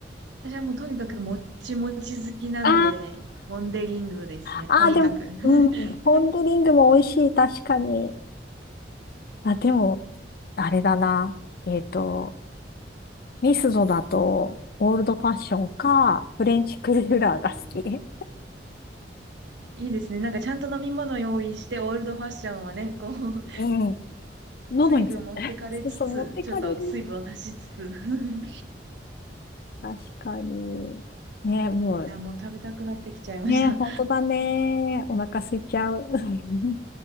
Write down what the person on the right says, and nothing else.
私はもうとにかくもちもち好きなので、
ポンデリングですね。
とにかく。
<laughs>
うんいいですね。なんかちゃんと飲み物用意して、オールドファッションはね、こう、
水分持ってかれつつ、
ちょっと水分を足しつつ。<laughs>
いや、もう食べたくなってきちゃいました。